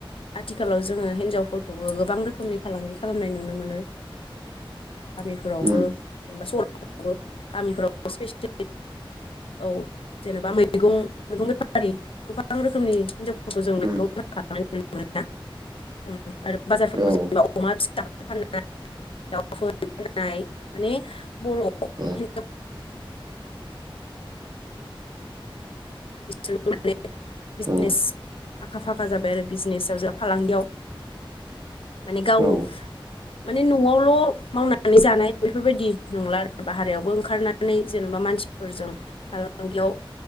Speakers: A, on the left; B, on the right.
A: आथिखालाव जोङो हिनजावफोरखौबो गोबां रोखोमनि फालांगि खालामनाय नुनो मोनो गामिफोरावबो
B: उम
A: जेनेबा सहरफोरावबो गामिफोरावबो स्पेसियेलि औ जेनेबा मैगं मैगं बेफारि गोबां रोखोमनि हिनजावफोरखौ जों मैगं
B: उम
A: <unintelligible> आरो बाजारफोराव
B: औ
A: जेनबा अमा फिसा फाननाय दाउ ‌ <unintelligible> माने बर' <unintelligible>
B: औ
A: बेजों माने बिजने
B: औ
A: आखा फाखा जाबाय आरो बिजनेसाव जोंहा फालांगियाव माने गाव
B: औ
A: माने न'आवल' मावनानै जानाय बेफोरबायदि नंला आरो बाहेरायावबो ओंखारनानै जेनेबा मानसिफोरजों फालांगियाव